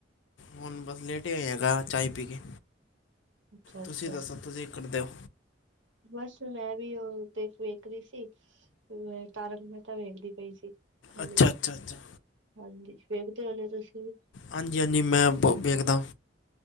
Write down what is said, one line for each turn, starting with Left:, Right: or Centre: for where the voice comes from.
Left: ਹੁਣ ਲੇਟ ਹੀ ਆਏਗਾ ਚਏ ਪੀ ਕੇ,
Right: ਅੱਛਾ-ਅੱਛਾ।
Left: ਤੁਸੀਂ ਦੱਸੋ ਤੁਸੀਂ ਕੀ ਕਰਦੇ ਹੋ?
Right: ਬਸ ਮੈਂ ਵੀ ਉਹ ਤੇ ਵੇਖ ਰਹੀ ਸੀ। ਮੈਂ ਤਾਰਕ ਮਹਿਤਾ ਵੇਖਦੀ ਪਈ ਸੀ। ਖਾਲੀ
Left: ਅੱਛਾ
Right: ਬੈਠੀ
Left: ਅੱਛਾ ਅੱਛਾ
Right: ਹਾਂਜੀ, ਵੇਖਦੇ ਹੋਣੇ ਹੋ ਤੁਸੀਂ
Left: ਹਾਂਜੀ-ਹਾਂਜੀ ਮੈਂ ਬਹੁਤ ਵੇਖਦਾ।